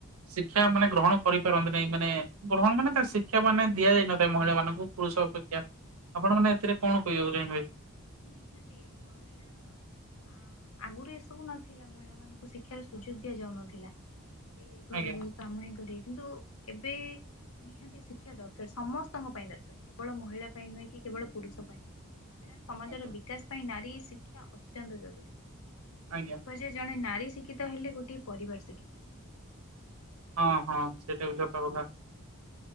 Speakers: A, on the right; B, on the left.
A: ଶିକ୍ଷା ମାନେ ଗ୍ରହଣ କରିପାରନ୍ତି ନାଇଁ, ମାନେ ଗ୍ରହଣ ମାନେ ତା ଶିକ୍ଷା ମାନେ ଦିଆଯାଇ ନଥାଏ ମହିଳା ମାନଙ୍କୁ, ପୁରୁଷ ଅପେକ୍ଷା, ଆପଣ ମାନେ ଏଥିରେ କଣ କହିବାକୁ ଚାହିଁବେ?
B: ନିହାତି ମହିଳା ଆମ୍ ଆଗରୁ ଏସବୁ ନଥିଲା, ମହିଳା ମାନଙ୍କୁ ଶିକ୍ଷାର ସୁଯୋଗ ଦିଆଯାଉନଥିଲା। କି ଘରେ
A: ଆଜ୍ଞା।
B: ରହି କାମ ହିଁ କରିବେ, କିନ୍ତୁ ଏବେ ନିହାତି ଶିକ୍ଷା ଦରକାର, ସମସ୍ତଙ୍କ ପାଇଁ ଦରକାର, କେବଳ ମହିଳା ପାଇଁ ନୁହେଁ କି କେବଳ ପୁରୁଷ ପାଇଁ ନୁହେଁ। ମହିଳା ସମାଜର
A: ଆଜ୍ଞା
B: ବିକାଶ ପାଇଁ ନାରୀ ଶିକ୍ଷା ଅତ୍ୟନ୍ତ ଜରୁରୀ,
A: ଆଜ୍ଞା
B: କୁହାଯାଏ- ଜଣେ ନାରୀ ଶିକ୍ଷିତ ହେଲେ, ଗୋଟଏ ପରିବାର ଶିକ୍ଷିତ ହ
A: ହଁ ହଁ ସେଇଟା ବି ସତ କଥା।